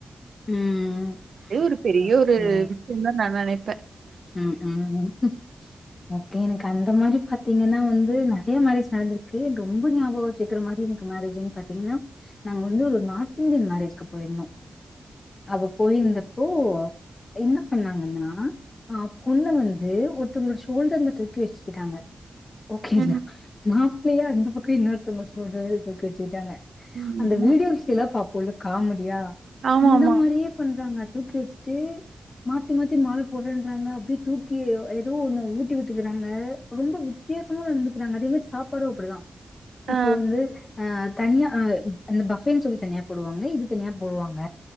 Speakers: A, on the left; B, on the right.
A: ம்
B: அது ஒரு பெரிய
A: ஓகே
B: ஒரு விஷயம் தானு நான் நினைப்பேன்
A: ம் ம் ஓகே எனக்கு அந்த மாரி பாத்தீங்கன்னா வந்து நெறைய மேரேஜ் நடந்திருக்கு ரொம்ப ஞாபகோ வச்சிக்கிற மாரி எனக்கு மேரேஜ்ன்னு பாத்தீங்கன்னா நாங்க வந்து ஒரு நார்த் இந்தியன் மேரேஜ்க்கு போயிருந்தோ அவ போயிருந்தப்போ என்ன பண்ணாங்கன்னா ஆஹ் பொண்ணு வந்து ஒருத்தவங்களோட ஷோல்டர்ல தொட் க்கி வச்சுக்கிட்டாங்க ஓகேயா
B: ம்.
A: மாப்ளையா இந்த பக் க்கு இன்னொருத்தங்க சொல்றது இது <unintelligible>
B: ம்.
A: அந்த வீடியோஸ் எல்லாம் பா போல காமெடியா
B: ஆமாமா.
A: அந்த மாதிரியே பண்றாங்க தூக்கி வச்சுட்டு மாத்தி -மாத்தி மால உரள்றாங்க அப்டியே தூக்கி எதோ ஒண்ணு ஊட்டி விட்டுக்கறாங்க ரொம்ப வித்தியாசமா நடந்துக்கிறாங்க அதே மாரி சாப்பாடும் அப்பிடிதா இப்போ
B: ஆ.
A: வந்து அஹ் தனியா ஹ இந்த பஃபேன்னு சொல்லி தனியா போடுவாங்க இது தனியா போடுவாங்க